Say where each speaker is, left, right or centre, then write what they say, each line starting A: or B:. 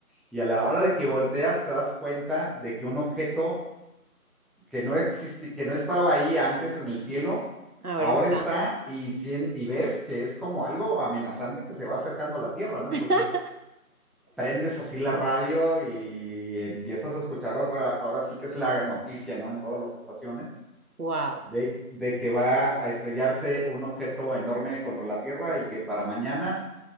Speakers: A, in the centre; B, on the right.
A: Y a la hora de que volteas te das cuenta de que un objeto que no existe, que no estaba ahí antes en el cielo,
B: Ahora
A: ahora
B: está.
A: está y, sien- y ves que es como algo amenazante que se va acercando a la Tierra, ¿no? Entonces
B: <laughs>
A: prendes así la radio y empiezas a escuchar, o sea, ahora sí que es la noticia, ¿no? En todas las estaciones
B: Wow.
A: de, de que va a estrellarse un objeto enorme contra la Tierra y que para mañana